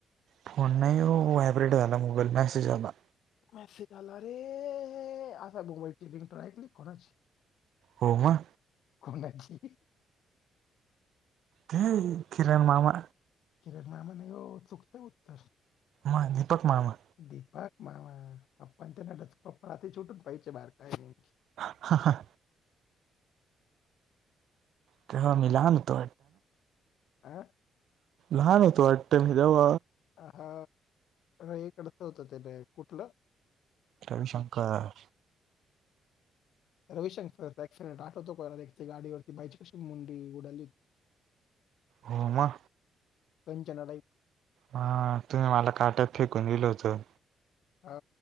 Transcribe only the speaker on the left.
मेस झाला रे असा मुंबईची रिंट रायकली कोणाची
कोणाची
किरण नाम नव चुक्त उत्तर
दीपक मामा पप्पांच्या नट पप्पा राती छुटून पाहिजचेे बाहेर काय नेमकी
आं
हा एककडच होतं त्याला कुठलं
रविशंकरट आठवतो कोला गाडीवरती बाईशी मुंडी उडाली
कंचना नाही
अ